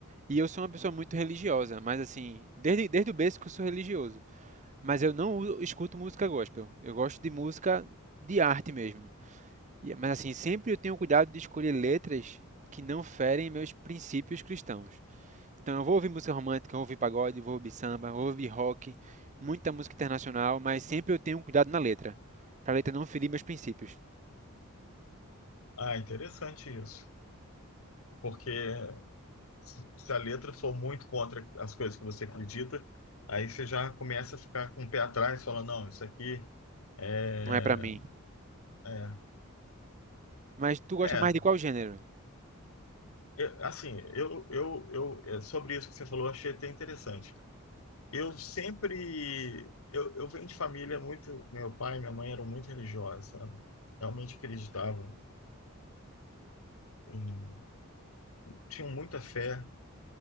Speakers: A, on the right; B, on the left.
A: E eu sou uma pessoa muito religiosa, mas assim, desde, desde o berço que eu sou religioso. Mas eu não uso- escuto música gospel. Eu gosto de música de arte mesmo. E- mas assim, sempre eu tenho cuidado de escolher letras que não ferem meus princípios cristãos. Então eu vou ouvir música romântica, eu vou ouvir pagode, vou ouvir samba, vou ouvir rock, muita música internacional, mas sempre eu tenho cuidado na letra, pra letra não ferir meus princípios.
B: Ah, interessante isso. Porque se se a letra for muito contra as coisas que você acredita, aí você já começa a ficar com o pé atrás, falando, não, isso aqui é,
A: Não é pra mim.
B: é,
A: Mas tu
B: é.
A: gosta mais de qual gênero?
B: Eu- assim, eu, eu, eu, é, sobre isso que você falou, eu achei até interessante. Eu sempre. Eu, eu venho de família muito. Meu pai e minha mãe eram muito religiosos, sabe? Realmente acreditavam em. Tinham muita fé